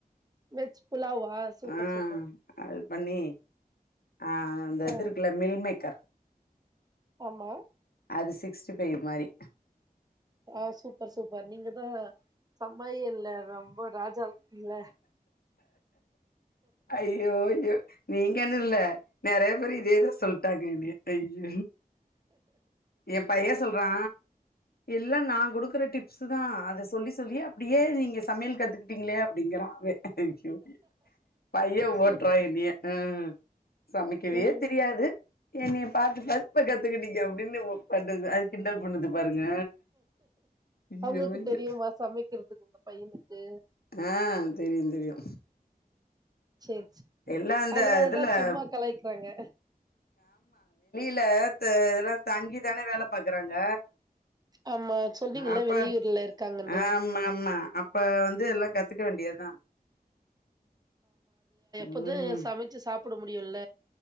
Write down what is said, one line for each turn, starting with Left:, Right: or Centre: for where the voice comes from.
Right: வெஜ் புலாவா சூப்பர்
Left: ஆ
Right: சூப்பர்
Left: அது பண்ணி அ அந்த
Right: ஆ
Left: இது இருக்குல மீல்மேக்கர்
Right: ஆமா
Left: அது சிக்ஸ் சிக்ஸ்டி ஃபை மாரி
Right: ஆ சூப்பர் சூப்பர் நீங்கதா சம்மயல்ல ரொம்ப ராஜாவுக்கு இல்ல
Left: அய்யோ யோ நீங்கனுல்ல நறய பேரு இதேதா சொல்டாங்க என்னய அய்யோ எ பைய சொல்றா எல்லா நா குடுக்குற டிப்ஸு தா அத சொல்லி சொல்லியே அப்டியே நீங்க சமையல் கத்துக்கிட்டீங்ளே அப்டிங்குறா அவெ அய்யோ யொ பைய
Right: சூப்
Left: ஓட்றா என்னிய ஆ <unintelligible> சமைக்கவே
Right: ம்
Left: தெரியாது என்னைய பாத்து பாத்து இப்ப கத்துக்கிட்டிங்க அ ப்டின்னு ஓ பண்ணுது அது கிண்டல் பண்ணுது பாருங்க அய்யோ
Right: அவங்களுக்கு
Left: அய்யோ
Right: தெரியுமா சமைக்கிறதுக்கு உங்க பையனுக்கு
Left: ஆ தெரியு தெரியு
Right: சேர் செ
Left: எல்லா அந்த
Right: அதுனாலதா
Left: இதுல
Right: சும்மா கலாய்க்குறாங்க
Left: ல த இதலா தங்கிதானே வேல பாக்குறாங்க
Right: ஆமா சொன்னீங்கல்ல
Left: அப்ப
Right: வெளியூர்ல இருக்காங்கன்னு
Left: ஆமாமா அப்ப வந்து எல்லா கத்து க்க வேண்டியதா உம்
Right: பொது சமச்சு சா ப்புட முடியுல்ல